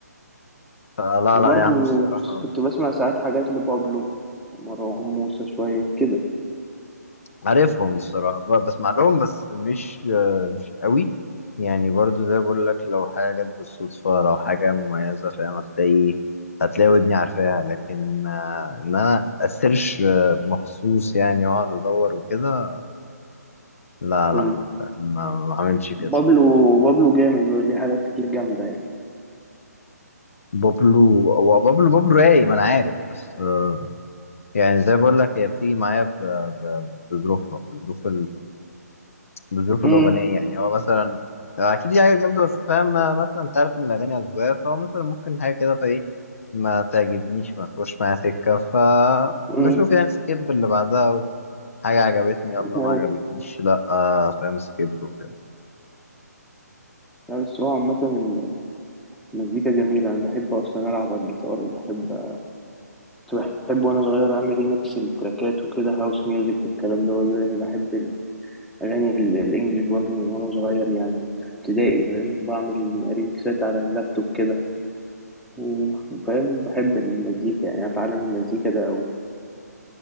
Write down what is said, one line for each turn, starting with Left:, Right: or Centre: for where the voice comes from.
Left: فلا
Centre: وبرضو
Left: لا يا عم الصراحه
Centre: كنت بسمع ساعات حاجات لبابلو ومروان موسى شوية كده
Left: عارفهم الصراحة ب- بسمع لهم بس مش آه، مش قوي يعني برضو زي بقول لك لو حاجة جت بالصدفة لو حاجة مميزة فاهم هتلاقي هتلاقي ودني عارفاها لكن آه، إن أنا أسيرش آه، مخصوص يعني وأقعد أدور وكده لا لا
Centre: مم.
Left: ما فاهم ما ما عملش كده
Centre: بابلو بابلو جامد وليه حاجات كتير جامدة يعني
Left: بابلو هو بابلو بابلو رايق ما أنا عارف بس آه، يعني زي بقول لك هي بتيجي معايا ب- ب- بظروفها بظروف بظروف الأغنية
Centre: امم
Left: يعني هو مثلا هو أكيد دي حاجة جامدة بس فاهم ما- مثلا أنت عارف إن الأغاني أذواق فهو مثلا ممكن حاجة كده فإيه ما تعجبنيش ما تخش معايا سكة فبشوف
Centre: امم
Left: يعني سكيب اللي بعدها حاجة عجبتني يلا
Centre: ايوه
Left: ما عجبتنيش لأ آه، فاهم سكيب وكده
Centre: بس هو عامة المزيكا جميلة أنا بحب أصلا ألعب على الجيتار وبحب كنت بحب وأنا صغير أعمل ريميكس للتراكات وكده هاوس ميوزك والكلام ده برضه يعني بحب الأغاني ال- الإنجليش برضه من وأنا صغير يعني في ابتدائي فاهم بعمل ريميكسات على اللابتوب كده وفاهم بحب المزيكا يعني أنا في عالم المزيكا ده أوي